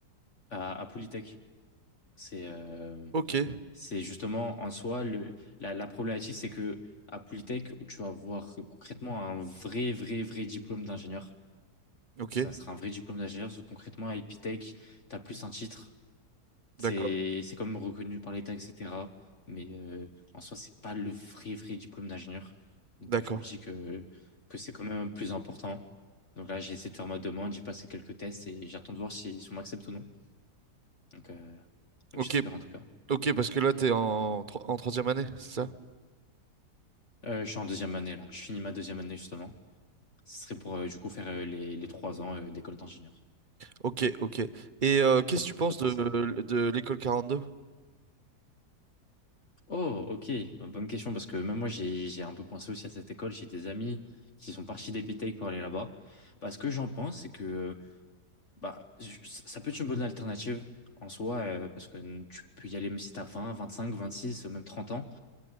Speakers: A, on the left (about 45°); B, on the right (about 35°).
A: à, à Polytech. C'est euh,
B: Ok,
A: c'est justement en soi, le, la, la problématique, c'est que à Polytech, tu vas avoir concrètement un vrai, vrai, vrai diplôme d'ingénieur.
B: ok,
A: Ça sera un vrai diplôme d'ingénieur, sauf que concrètement à Epitech, tu as plus un titre. C'est
B: d'accord,
A: c'est quand même reconnu par l'État, etc. Mais euh, en soi, c'est pas le vrai, vrai diplôme d'ingénieur. Donc
B: d'accord.
A: euh, je me dis que, que c'est quand même plus important. Donc là, j'ai essayé de faire ma demande, j'ai passé quelques tests et j'attends de voir si, si on m'accepte ou non. Donc, euh, donc
B: Ok,
A: j'espère en tout cas.
B: ok, parce que là, t'es en, tro- en troisième année, c'est ça?
A: Euh, je suis en deuxième année là, je finis ma deuxième année justement. Ce serait pour euh, du coup faire euh, les, les trois ans euh, d'école d'ingénieur.
B: Ok, ok. Et euh, qu'est-ce que tu penses
A: Ça passe
B: de,
A: à...
B: de l'école quarante-deux
A: Oh, ok, Bo- bonne question parce que même moi j'ai j'ai un peu pensé aussi à cette école. J'ai des amis qui sont partis des BTEC pour aller là-bas. Bah, ce que j'en pense, c'est que euh, bah, je- ça peut être une bonne alternative en soi euh, parce que tu peux y aller même si t'as vingt vingt-cinq vingt-six même 30 ans.